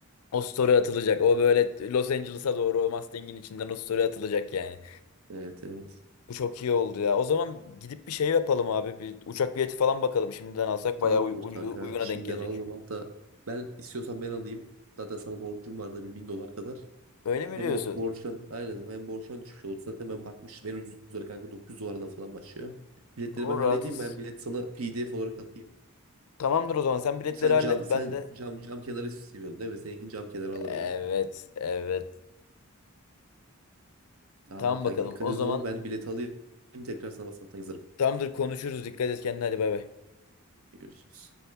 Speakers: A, on the left; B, on the right.
A: O story atılacak. O böyle Los Angeles'a doğru o Mustang'in içinden o story atılacak yani.
B: Evet evet.
A: Bu çok iyi oldu ya. O zaman gidip bir şey yapalım abi. Bir uçak bileti falan bakalım. Şimdiden alsak
B: Tamamdır
A: bayağı uy- uy-
B: kanka.
A: uyguna
B: Şimdiden
A: denk gelecek
B: alalım
A: çünkü.
B: hatta ben istiyorsan ben alayım. Zaten sana borcum vardı bir bin dolar kadar.
A: Öyle mi
B: Hem
A: diyorsun?
B: o borçtan aynen hem borçtan düşmüş oldu. Zaten ben bakmıştım en ucuzları kanka 900 dolardan falan başlıyor. Biletleri
A: O
B: ben halledeyim
A: rahatız.
B: ben bilet sana PDF olarak atayım.
A: Tamamdır o zaman. Sen biletleri
B: Sen
A: hallet.
B: cam sen
A: Ben de.
B: cam cam kenarı seviyorsun değil mi? Seninkini cam kenarı alırım
A: Evet.
B: ben.
A: Evet.
B: Tamamdır
A: Tamam
B: kanka
A: bakalım.
B: dikkat
A: O
B: et
A: zaman
B: o zaman ben bilet alayım tekrar sana WhatsApp'tan yazarım.
A: tamamdır konuşuruz. Dikkat et kendine. Hadi bay bay.
B: Görüşürüz.